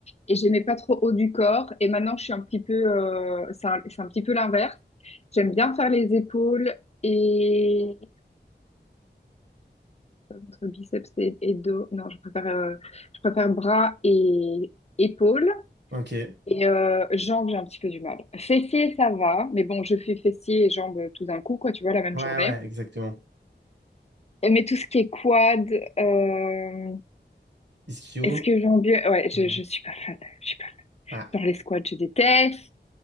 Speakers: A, on the left (about 35°); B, on the right (about 70°).
A: et j'aimais pas trop haut du corps. Et maintenant, je suis un petit peu, euh, c'est un, c'est un petit peu l'inverse. J'aime bien faire les épaules et Entre biceps et, et dos. Non, je préfère, euh, je préfère bras et épaules.
B: ok. Ouais,
A: Et euh, jambes, j'ai un petit peu du mal. Fessiers, ça va. Mais bon, je fais fessiers et jambes tout d'un coup, quoi, tu vois, la même
B: ouais,
A: journée.
B: exactement.
A: Et Mais tout ce qui est quad, euh,
B: Ischio.
A: est-ce que j'en bien? Ouais, je,
B: euh,
A: je suis pas fan. Je suis pas
B: Ah,
A: fan. Genre les squats, je déteste.